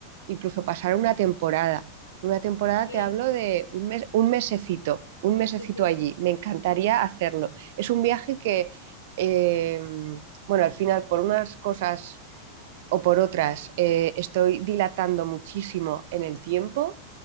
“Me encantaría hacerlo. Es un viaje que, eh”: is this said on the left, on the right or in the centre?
Right